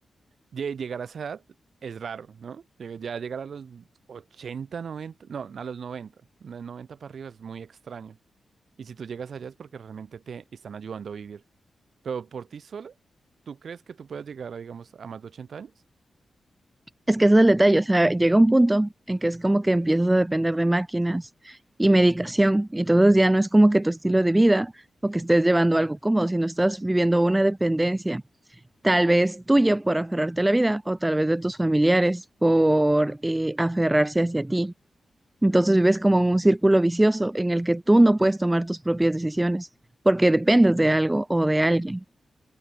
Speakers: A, on the right (about 70°); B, on the right (about 15°).
A: Lle- Llegar a esa edad es raro, ¿no? Llega- Ya llegar a los 80, 90, no, a los 90, de 90 para arriba es muy extraño. Y si tú llegas allá es porque realmente te están ayudando a vivir. Pero por ti sola, ¿tú crees que tú puedas llegar, a, digamos, a más de 80 años?
B: Es que ese es el detalle, o sea, llega un punto en que es como que empiezas a depender de máquinas y medicación, y entonces ya no es como que tu estilo de vida o que estés llevando algo cómodo, sino estás viviendo una dependencia, tal vez tuya por aferrarte a la vida o tal vez de tus familiares por eh, aferrarse hacia ti. Entonces vives como en un círculo vicioso en el que tú no puedes tomar tus propias decisiones porque dependes de algo o de alguien.